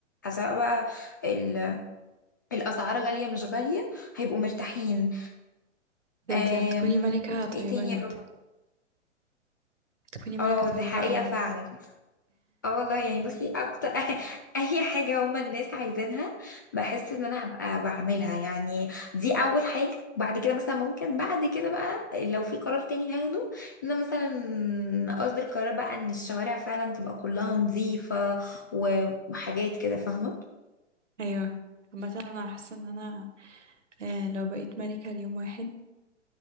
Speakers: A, on the left; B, on the right.
A: سواء بقى ال- الاسعار غاليه مش غاليه هيبقوا مرتاحين
B: ده
A: آم،
B: انتي هتكوني ملكة طيبة
A: ايه تاني
B: جدا
A: يا رب
B: هتكوني ملكة
A: اه
B: طيبة
A: دي حقيقه
B: قوي بجد
A: فعلا اه والله يعني بصي اكتر <laughs> اي حاجة هما الناس عايزينها بحس ان انا هبقى بعملها يعني دي اول حاجة بعد كده مثلا ممكن بعد كده بقى لو في قرار تاني هاخده ان انا مثلا اصدر قرار بقى ان الشوارع فعلا تبقى كلها نظيفة و- وحاجات كده فاهمة
B: ايوه عامة انا حاسة ان انا آه لو بقيت ملكة ليوم واحد